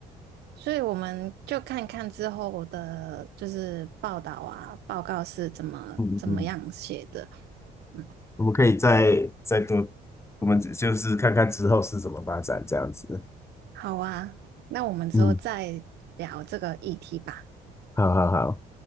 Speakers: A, on the right; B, on the left.
A: 所以我们就看看之后我的就是报道啊，报告是怎么怎么样写的。
B: 嗯嗯嗯，
A: 嗯，
B: 我们可以再再多，我们就是看看之后是怎么发展这样子。
A: 好啊，那我们之后再聊这个议题吧。
B: 嗯，好好好，